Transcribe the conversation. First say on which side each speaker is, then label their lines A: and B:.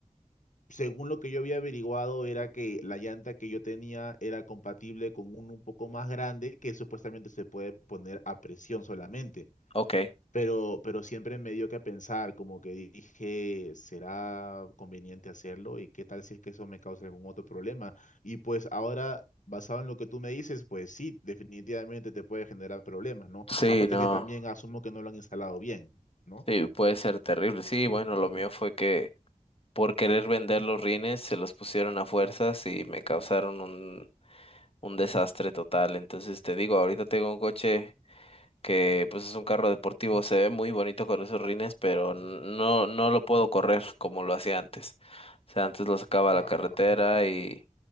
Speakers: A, on the left (about 65°); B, on the left (about 45°).
A: según lo que yo había averiguado, era que la llanta que yo tenía era compatible con uno un poco más grande que supuestamente se puede poner a presión solamente.
B: Ok.
A: Pero, pero siempre me dio que pensar, como que dije, ¿será conveniente hacerlo? ¿Y qué tal si es que eso me causa algún otro problema? Y pues ahora, basado en lo que tú me dices, pues sí, definitivamente te puede generar problemas, ¿no?
B: Sí,
A: Aparte
B: no.
A: que también asumo que no lo han instalado bien, ¿no?
B: Sí, puede ser terrible. Sí, bueno, lo mío fue que por querer vender los rines se los pusieron a fuerzas y me causaron un, un desastre total. Entonces te digo, ahorita tengo un coche. que pues es un carro deportivo, se ve muy bonito con esos rines, pero n- no, no lo puedo correr como lo hacía antes. O sea, antes lo sacaba
A: Ah,
B: a la carretera y,